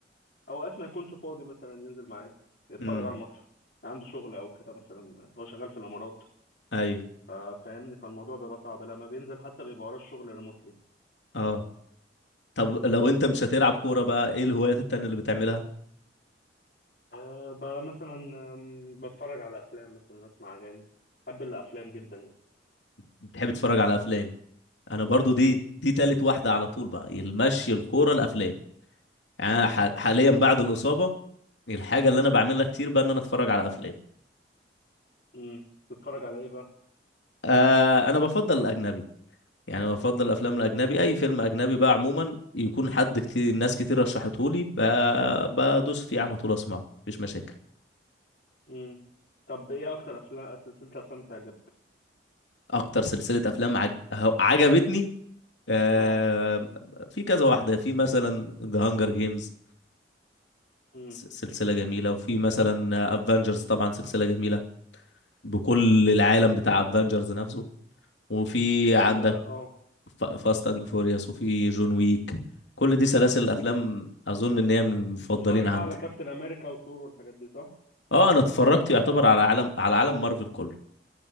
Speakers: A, on the left; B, on the left.
A: اوقات ما يكونش فاضي مثلا ينزل معايا يتفرج
B: امم
A: على الماتش عنده شغل او كده مثلا هو شغال في الامارات
B: ايوه
A: فا- فاهمني فالموضوع بيبقى صعب لما بينزل حتى بيبقى وراه الشغل ريموتلي
B: اه طب لو انت مش هتلعب كورة بقى ايه الهوايات التانية اللي بتعملها
A: أه ب- مثلا آم، بتفرج على افلام مثلا اسمع اغاني بحب الافلام جدا يعني
B: بتحب تتفرج على افلام انا برضه دي
A: امم
B: دي تالت واحدة على طول بقى المشي الكورة الافلام يعني
A: امم
B: أنا ح... حاليا بعد الإصابة الحاجة اللي انا بعملها كتير بقى ان انا اتفرج على افلام
A: امم بتتفرج على ايه بقى
B: آه انا بفضل الاجنبي يعني انا بفضل الافلام الاجنبي اي فيلم اجنبي بقى عموما يكون حد كتير ناس كتير رشحته لي بدوس فيه على طول اسمعه مفيش مشاكل
A: امم طب ايه اكتر افلام سلسله افلام بتعجبك
B: اكتر سلسله افلام عج... ه- عجبتني آه...
A: اه
B: في كذا واحده في مثلا ذا هانجر جيمز
A: امم
B: سلسله جميله وفي مثلا افنجرز طبعا سلسله جميله بكل العالم بتاع
A: امم
B: افنجرز نفسه وفي عندك
A: ال- اه
B: فاست اند فوريوس وفي جون ويك كل دي سلاسل الافلام اظن ان هي من المفضلين
A: بتتفرج
B: عندي
A: بقى على كابتن امريكا وثور والحاجات دي صح
B: اه انا اتفرجت يعتبر على عالم على عالم مارفل كله